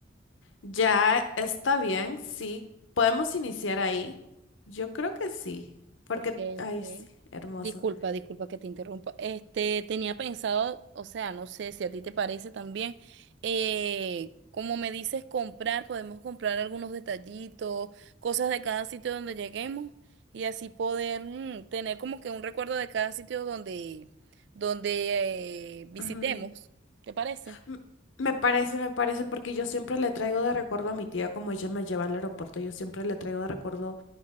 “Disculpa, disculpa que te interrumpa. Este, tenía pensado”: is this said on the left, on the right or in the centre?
Right